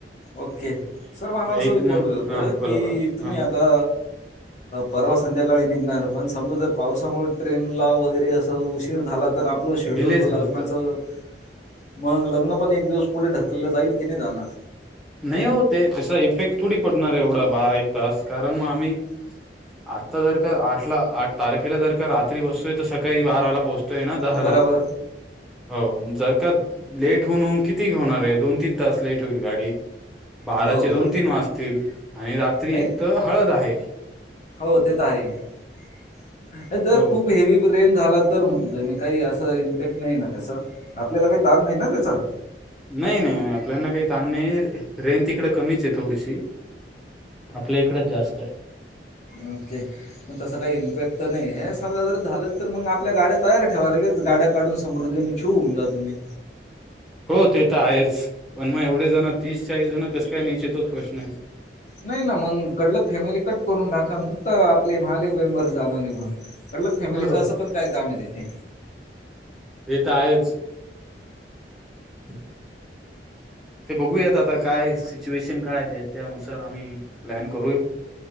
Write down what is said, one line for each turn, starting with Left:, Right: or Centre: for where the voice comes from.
Left: ओके सर मला
Centre: एक
Left: असं विचारलंचं
Centre: मग हा
Left: होत
Centre: बोला
Left: की
Centre: बोला
Left: तुम्ही
Centre: हा
Left: आता परवा संध्याकाळी निघणार पण समजा जर पावसामुळ ट्रेनला वगैरे असं उशीर झाला. तर आपलं शेड्यूल
Centre: डिले झाला
Left: लग्नाचं
Centre: तर
Left: मग लग्न पण एक दिवस पुढे ढकललं जाईल. कि नाय जाणार.
Centre: नाही हो ते तसा इफेक्ट थोडी पडणार एवढा बारा एक तास कारण मग आम्ही आता जर का आठला आठ तारखेला जर का रात्री बसतोय तर सकाळी बाराला पोहच तय दहाला
Left: बरोबर
Centre: हो जर का लेट होऊन होऊन किती होणार ये दोन तीन तास लेट होईल गाडी बाराचे
Left: हो
Centre: दोन तीन वाजतील. आणि रात्री
Left: नाही
Centre: एक त हळद आहे.
Left: हो ते तर आहे जर
Centre: हो
Left: खूप हेवी रेन झाला तर म्हणतोय मी काही असं इम्पॅक्ट नाही ना त्याचा आपल्याला काही ताण नाही ना त्याचा.
Centre: नाही नाही आपल्याना काही ताण नाही रेन तिकड कमीच आहे थोडीशी. आपल्या इकडच जास्त आहे.
Left: ओके मग तस काही इम्पॅक्ट तर नाही हेस. समजा जर झालं तर मंग आपल्या गाड्या तयार ठेवा लगेच गाड्या काढून समृद्धीने छू होऊन जा तुम्ही.
Centre: <inaudible> हो ते तर आहेच पण मग एवढे जण तीस चाळीस जण कस काय न्यायचे तोच प्रश्न आहे.
Left: नाही ना मग कडलक फॅमिली कट करून टाका फक्त आपले महाले मेंबर जाण निघून. कटलग फॅमिलीच
Centre: हो
Left: असं पण काय काम ये तिथे.
Centre: ते त आहेच. <unintelligible> ते बघूयात आता काय सिच्युएशन काय ते त्यानुसार आम्ही प्लॅन करू.